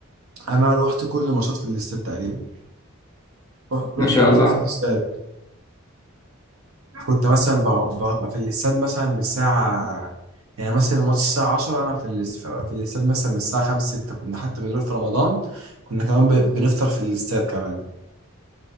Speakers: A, on the right; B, on the left.
A: انا رحت كل ماتشات في الاستاد تقريبا رحت
B: ما
A: رحت
B: شاء
A: كل ماتشات
B: الله
A: في الاستاد كنت مثلا ب- ببقى في الاستاد مثلا من الساعة يعني مثلا الماتش الساعة 10 أنا في الاس- في الاستاد مثلا من الساعة 5 6 كنا حتى بنروح في رمضان كنا كمان ب- بنفطر في الاستاد كمان